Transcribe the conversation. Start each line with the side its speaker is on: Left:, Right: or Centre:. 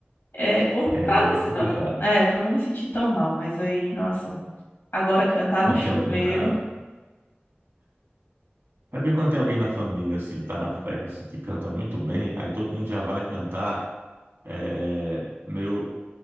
Left: é, por,
Right: É,
Left: pra
Right: aí
Left: não,
Right: é complicado.
Left: pra não, é, pra não me sentir tão mal, mas aí, nossa, agora cantar
Right: Quando
Left: no chuveiro.
Right: tem alguém na. É porque quando tem alguém na família, assim, que tá na fé, assim, que canta muito bem, aí todo mundo já vai cantar. é, meio